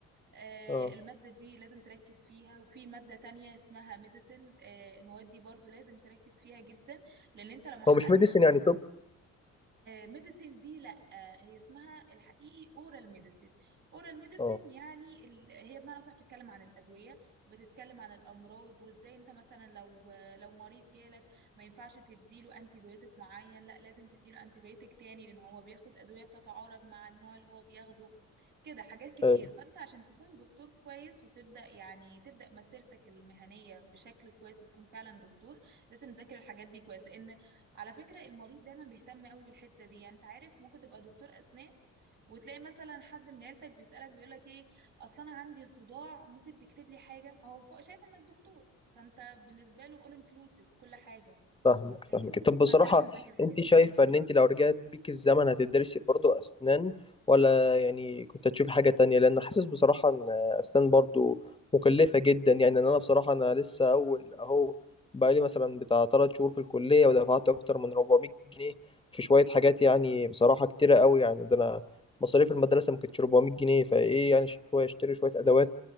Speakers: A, on the right; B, on the left.
A: آه
B: اه
A: الماده دي لازم تركز فيها وفي ماده تانية اسمها ميديسن آه المواد دي برضو لازم تركز فيها جدا لان انت لو ما حققتش
B: هو مش ميديسن
A: فيها
B: يعني طب
A: ميديسين دي لا آه، هي اسمها الحقيقي اورال ميديسين اورال ميديسين
B: اه
A: يعني ال... هي بمعنى صح بتتكلم عن الادويه بتتكلم عن الامراض وازاي انت مثلا لو لو مريض جالك ما ينفعش تديله انتي بيوتيك معين لا لازم تديله انتي بيوتيك تاني لان هو بياخد ادويه بتتعارض مع النوع اللي هو بياخده كده حاجات كتير
B: ايوه
A: فانت عشان تكون دكتور كويس وتبدا يعني تبدا مسيرتك المهنيه بشكل كويس وتكون فعلا دكتور لازم تذاكر الحاجات دي كويس لان على فكرة المريض دايما بيهتم قوي بالحتة دي يعني انت عارف ممكن تبقى دكتور أسنان وتلاقي مثلا حد من عيلتك بيسألك بيقولك ايه اصلا انا عندي صداع ممكن تكتب لي حاجة هو فوق شايف انك دكتور فانت بالنسبة له all inclusive كل حاجة
B: فاهمك فاهمك
A: فاهم
B: طب بصراحة
A: فانت لازم تذاكر الحاجات
B: انت شايفة
A: دي
B: ان انت لو رجعت بيك الزمن هتدرسي برضو اسنان ولا يعني كنت هتشوفي حاجة تانية لان حاسس بصراحة ان اسنان برضو مكلفة جدا يعني ان انا بصراحة انا لسه اول اهو بقالي مثلا بتاع تلات شهور في الكلية ودفعت اكتر من 400 جنيه في شوية حاجات يعني بصراحة كتيرة قوي يعني ده انا مصاريف المدرسة ما كانتش 400 جنيه فايه يعني شوية اشتري شوية ادوات